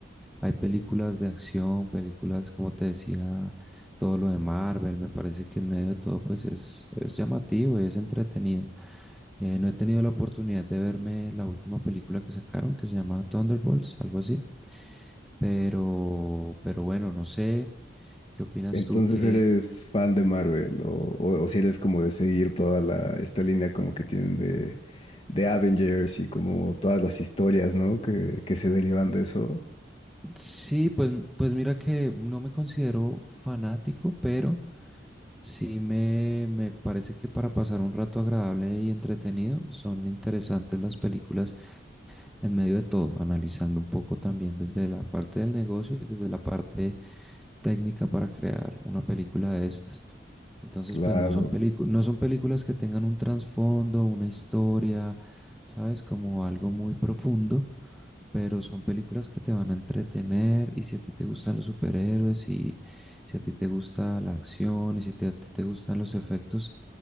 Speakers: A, in the centre; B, on the left (about 30°).
A: hay películas de acción, películas, como te decía, todo lo de Marvel, me parece que en medio de todo pues es, es llamativo y es entretenido. Eh, no he tenido la oportunidad de verme la última película que sacaron, que se llama Thunderbolts, algo así. Pero, pero bueno, no sé, ¿qué opinas
B: Entonces
A: tú que
B: eres fan de Marvel o, o, o si eres como de seguir toda la, esta línea como que tienen de, de Avengers y como todas las historias, ¿no? Que, que se derivan de eso.
A: sí, pues, pues mira que no me considero fanático, pero sí me, me parece que para pasar un rato agradable y entretenido son interesantes las películas en medio de todo, analizando un poco también desde la parte del negocio y desde la parte técnica para crear una película de estas. Entonces,
B: Claro,
A: pues no son pelicu- no son películas que tengan un trasfondo, una historia, ¿sabes? Como algo muy profundo, pero son películas que te van a entretener y si a ti te gustan los superhéroes y si a ti te gusta la acción y si te- a ti te gustan los efectos,